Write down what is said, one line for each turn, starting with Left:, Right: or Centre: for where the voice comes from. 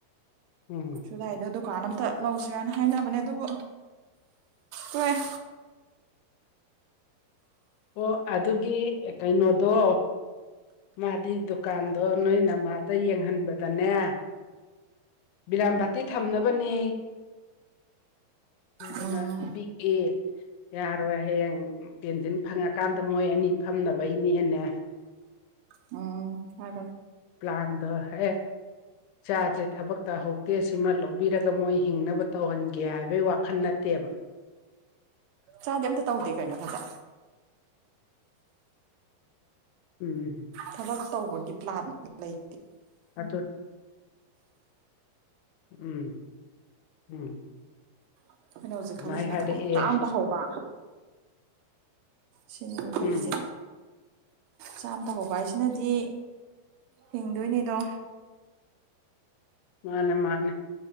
Left: ꯎꯝ
Right: ꯁꯨꯗꯏꯗ ꯗꯨꯀꯥꯟ ꯑꯝꯇ ꯂꯧꯁ ꯍꯥꯏꯅ ꯍꯥꯏꯅꯕꯅꯦ ꯑꯗꯨꯕꯨ ꯑꯣꯏꯣꯏ
Left: ꯑꯣ ꯑꯗꯨꯒꯤ ꯀꯩꯅꯣꯗꯣ ꯃꯥꯗꯤ ꯗꯨꯀꯥꯟ ꯑꯗꯣ ꯅꯣꯏ ꯅꯃꯥꯗ ꯌꯦꯡꯍꯟꯕꯗꯅꯦ ꯕꯤꯔꯥꯝꯕꯥꯇꯤ ꯊꯝꯅꯕꯅꯦ ꯑꯗꯨꯅ
Right: ꯎꯝ
Left: ꯄꯤꯛꯏ ꯌꯥꯔꯣꯏ ꯍꯌꯦꯡ ꯇꯦꯟꯁꯤꯟ ꯐꯪꯉ ꯀꯥꯟꯗ ꯃꯣꯏ ꯑꯅꯤ ꯐꯝꯅꯕꯩꯅꯦꯅꯦ
Right: ꯎꯝ ꯍꯥꯏ
Left: ꯄ꯭ꯂꯥꯟꯗ ꯍꯥꯏ ꯆꯥꯖꯦ ꯊꯕꯛ ꯇ ꯍ ꯛꯇꯦꯁꯤꯃ ꯂꯧꯕꯤꯔꯒ ꯃꯣꯏ ꯍꯤꯡꯅꯕ ꯇꯧꯍꯟꯒꯦ ꯍꯥꯏꯕꯒꯤ ꯋꯥꯈꯜ ꯅꯠꯇꯦꯕ
Right: ꯆꯗ ꯌꯥꯝ ꯊ ꯇ ꯎꯨꯛꯇꯦ ꯀꯩꯅꯅ ꯊꯥꯗ
Left: ꯎꯝ
Right: ꯊꯕꯛ ꯇꯧꯕꯒꯤ ꯄ꯭ꯂꯥꯟ ꯂꯩ
Left: ꯑꯣ ꯎꯝ ꯎꯝ
Right: ꯑꯩꯈꯣꯏꯅ ꯍꯧꯖꯤꯛ
Left: ꯑꯗꯨꯃꯥꯏꯅ
Right: ꯈꯜꯂꯤꯁꯤꯅ
Left: ꯍꯥꯏꯔꯛꯑꯦ
Right: ꯊꯕꯛ ꯃꯆꯥ ꯑ ꯑꯃ ꯇ ꯍꯧꯕ ꯁꯤꯅꯦꯕ ꯀꯣꯂꯤꯦꯖꯦ
Left: ꯎꯝ
Right: ꯆꯥꯝ ꯇ ꯍꯧꯕ ꯍꯥꯏꯁꯤꯅꯗꯤ ꯍꯤꯡꯗꯣꯏꯅꯤꯗꯣ
Left: ꯃꯥꯅꯦ ꯃꯥꯅꯦ